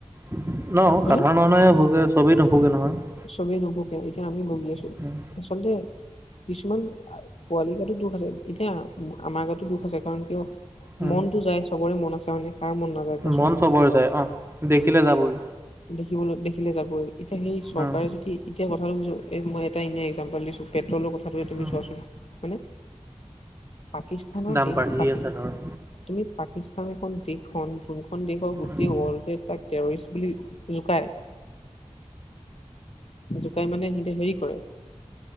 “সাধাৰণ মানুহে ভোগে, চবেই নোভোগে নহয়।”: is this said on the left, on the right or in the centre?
Right